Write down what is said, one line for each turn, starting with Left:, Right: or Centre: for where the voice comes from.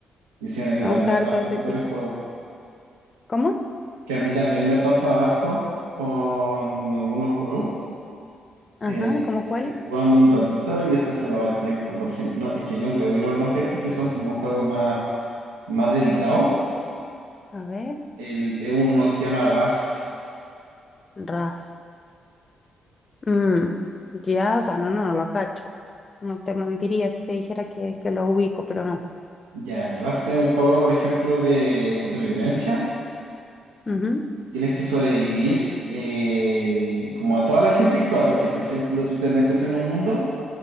Right: Y sí, a mí
Left: me
Right: también
Left: gusta ver
Right: me pasa
Left: todo ese
Right: con
Left: tipo.
Right: varios juegos.
Left: ¿Cómo?
Right: Que a mí también me pasa harto con algunos juegos.
Left: Ajá,
Right: eh,
Left: ¿cómo
Right: que
Left: cuál?
Right: estoy jugando un ratito y después se me va el tiempo. Por ejemplo, no, es que no creo que lo conozcáis porque son como juegos más, más dedicados.
Left: A ver,
Right: El, es uno que se llama Rust.
Left: Rust. Mm, ya, o sea, no, no, no lo cacho. No te mentiría si te dijera que, que lo ubico, pero no.
Right: Ya, el Rust es un juego, por ejemplo, de supervivencia.
Left: Ujú,
Right: Tienes que sobrevivir eh, como a toda la gente que juega, porque, por ejemplo, tú te metes en un mundo